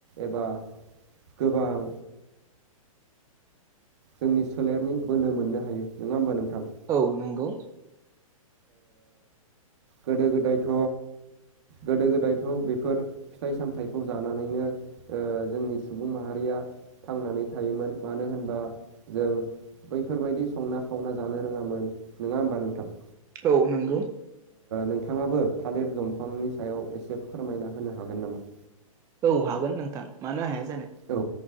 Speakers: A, on the right; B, on the right.
A: एबा गोबां जोंनि सोलेरनि बोलो मोननो हायो नङा होमबा नोंथां।
B: औ नंगौ।
A: गोदो गोदायथ' गोदो गोदायथ' बेफोर फिथाइ सामथायाइखौ जानानैनो जोंनि सुबुं माहारिया थांनानै थायोमोन मानो होनबा जों बैफोरबायदि संना खावना जानो रोङामोन नङा होमबा नोंथां?
B: औ नंगौ
A: नोंथाङाबो थालिर दंफांनि सायाव एसे फोरमायना होनो हागोन नामा?
B: औ हागोन नोंथां मानो हाया जानो।
A: औ